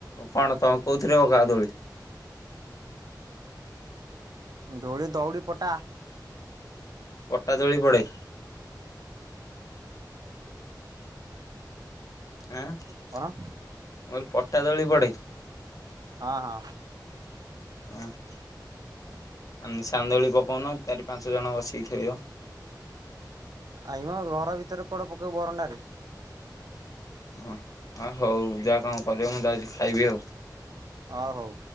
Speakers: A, on the left; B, on the right.
A: କଣ ତମେ କୋଉଥିରେ ଗା ଦୋଳି।
B: ଦୋଳି ଦଉଡ଼ି ପଟା।
A: ପଟା ଦୋଳି ପଡେ। ଏଁ
B: କଣ
A: ପଟା ଦୋଳି ପଡେ।
B: ହଁ ହଁ
A: ହ <unintelligible> ଆମ ସାନ୍ଦୋଳି ପକାଉନ ଚାରି ପାଞ୍ଚ ଜଣ ବସିକି ଖେଳିବ।
B: ଆଇ ମ ଘର ଭିତରେ କୁଆଡ଼େ ପକେଇବ ବରଣ୍ଡାରେ।
A: ଓହ ଆ ହଉ ଯାହା କଣ କରବ, ମୁଁ ଯାଉଛି ଖାଇବି ଆଉ।
B: ହଁ ହଉ।